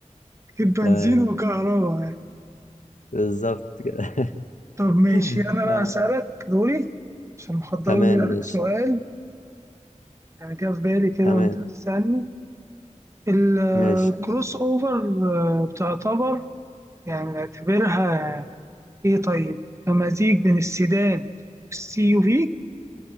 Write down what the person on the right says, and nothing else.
أكيد بنزين
وكهرباء يعني
طب ماشي
أنا
بقى أسألك دوري عشان محضر
لي
سؤال يعني جه في بالي كده
وأنت بتسألني الكروس
أوفر آه، بتعتبر يعني نعتبرها إيه طيب مزيج بين السيدان والسي يو في